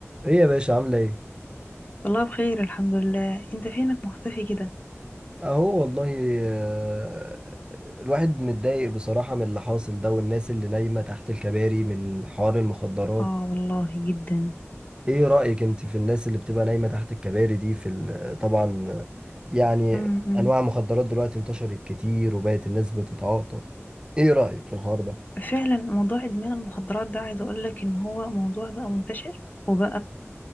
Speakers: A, on the right (about 20°); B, on the left (about 35°).
A: ايه يا باشا عاملة ايه؟
B: والله بخير الحمد لله انت فينك مختفي كده
A: اهو والله آه، الواحد متضايق بصراحة من اللي حاصل ده والناس اللي نايمة تحت الكباري من حوار المخدرات
B: اه والله جدا
A: ايه رأيك انت في الناس اللي بتبقى نايمة تحت الكباري دي في ال- طبعا آه، يعني
B: امم
A: انواع المخدرات دلوقتي انتشرت كتير وبقت الناس بتتعاطى ايه رأيك في الحوار ده؟
B: فعلا موضوع ادمان المخدرات ده عايز اقول لك ان هو موضوع بقى منتشر وبقى